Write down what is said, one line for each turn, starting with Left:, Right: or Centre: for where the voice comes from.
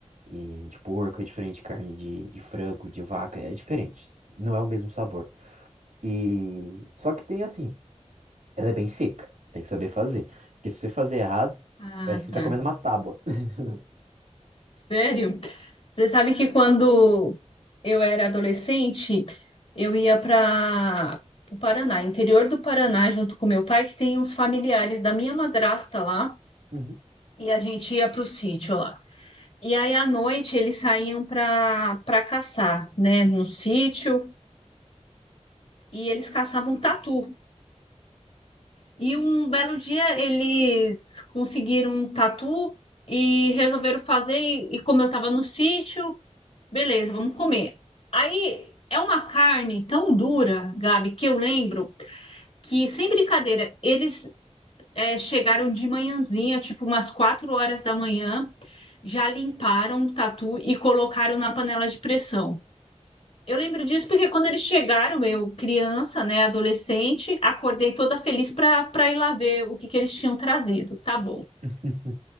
Right: eh, de porco, é diferente de carne de, de frango, de vaca, é diferente, não é o mesmo sabor. E só que tem assim, ela é bem seca, tem que saber fazer, porque se você fazer errado,
Left: Ah,
Right: parece que você
Left: tá.
Right: tá comendo uma tábua. <laughs>
Left: Sério? Você sabe que quando eu era adolescente, eu ia para o Paraná, interior do Paraná, junto com meu pai, que tem uns familiares da minha madrasta lá,
Right: Uhum.
Left: e a gente ia para o sítio lá. E aí à noite eles saíam para para caçar, né, no sítio, e eles caçavam tatu. E um belo dia eles conseguiram um tatu e resolveram fazer. E, e como eu estava no sítio, Beleza, vamos comer. Aí é uma carne tão dura, Gabi, que eu lembro que, sem brincadeira, eles é, chegaram de manhãzinha, tipo umas quatro horas da manhã, já limparam o tatu e colocaram na panela de pressão. Eu lembro disso porque quando eles chegaram, eu, criança, né, adolescente, acordei toda feliz para para ir lá ver o que que eles tinham trazido. Tá bom.
Right: <laughs>